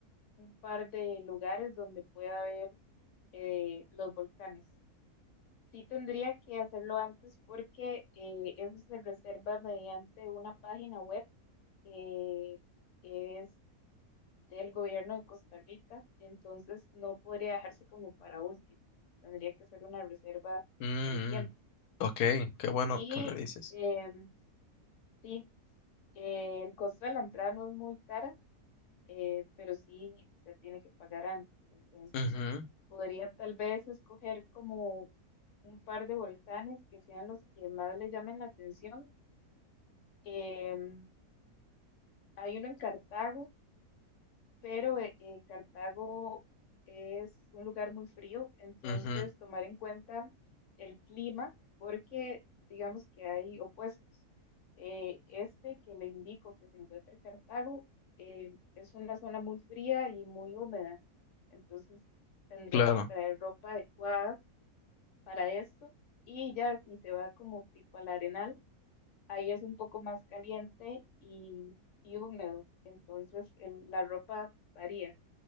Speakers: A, on the left; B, on the left.
A: un par de lugares donde pueda ver eh, los volcanes. Sí tendría que hacerlo antes porque eh, eso se reserva mediante una página web que es del gobierno de Costa Rica, entonces no podría dejarse como para último, tendría que ser una reserva
B: Mm,
A: con tiempo.
B: mm. Ok, qué bueno
A: Y
B: que me dices.
A: em, sí, eh, el costo de la entrada no es muy cara, eh, pero sí se tiene que pagar antes. Entonces,
B: Ujú,
A: podría tal vez escoger como un par de volcanes que sean los que más le llamen la atención. Em, hay uno en Cartago pero eh, eh, Cartago es un lugar muy frío, entonces
B: u- ujú,
A: tomar en cuenta el clima, porque digamos que hay opuestos. Eh, este que le indico que se encuentra en Cartago eh, es una zona muy fría y muy húmeda, entonces tendría
B: claro.
A: que traer ropa adecuada para esto y ya si se va como tipo al Arenal, ahí es un poco más caliente y, y húmedo, entonces el- la ropa varía